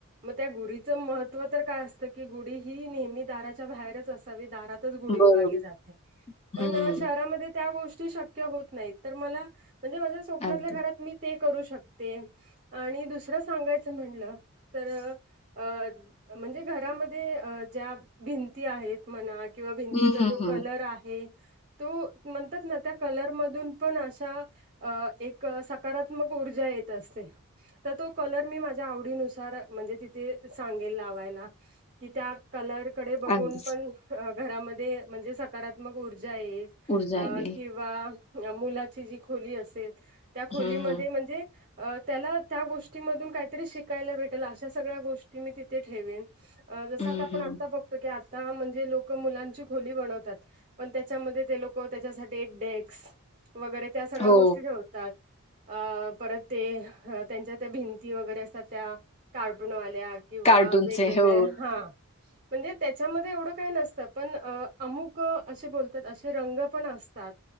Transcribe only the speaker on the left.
बरोबर.
हं.
अगदी.
हं, हं,
हं.
अगदीच
ऊर्जा येईल.
हं,
हं,
हं.
हो,
कार्टूनचे.
हो.